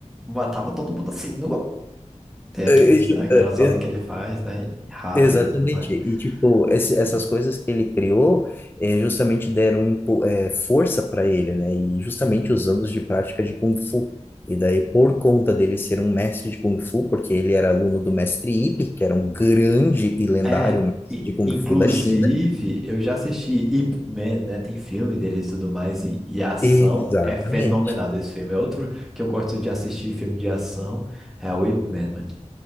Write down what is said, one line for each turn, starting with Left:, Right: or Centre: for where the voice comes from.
Centre: matava todo mundo assim. Tem
Left: <laughs>
Centre: aqueles, aquelas rodas que ele faz, né? Rápido
Left: Exatamente.
Centre: e tudo mais.
Left: E, tipo, esse- essas
Centre: Hum,
Left: coisas que ele criou eh, justamente deram impo- eh, força para ele, né? E justamente
Centre: hum.
Left: os anos de prática de Kung Fu. E daí, por conta dele ser um mestre de Kung Fu, porque ele era aluno do mestre Ip, que era um grande e lendário
Centre: É,
Left: mestre
Centre: e,
Left: de Kung
Centre: inclusive,
Left: Fu da China.
Centre: eu já assisti Ip Man, né? Tem filme dele e tudo mais, e, e a ação
Left: Exatamente.
Centre: é fenomenal desse filme. É Outro que eu gosto de assistir filme de ação é o Ip Man, mano.